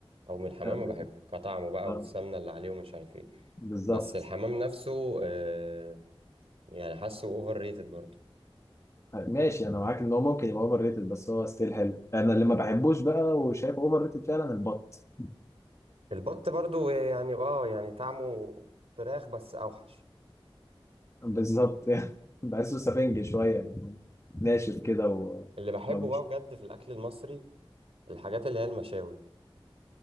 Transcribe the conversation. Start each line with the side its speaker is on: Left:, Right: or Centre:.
Right: او من الحمام
Left: آه، ب-
Right: بحبه كطعمه بقى
Left: آه،
Right: والسمنة اللي عليه ومش عارف ايه
Left: بالظبط
Right: بس الحمام نفسه آه يعني حاسه اوفر ريتد برضو
Left: آه، ماشي انا معاك ان هو ممكن يبقى اوفر ريتد بس هو ستيل حلو انا اللي ما بحبوش بقى وشايفه اوفر ريتد فعلا البط
Right: البط برضو يعني اه يعني طعمه فراخ بس اوحش
Left: بالظبط يعني <laughs> بحسه سفنج شوية يعني ناشف كده و
Right: اللي بحبه
Left: ما مش-
Right: بقى بجد في الاكل المصري الحاجات اللي هي المشاوي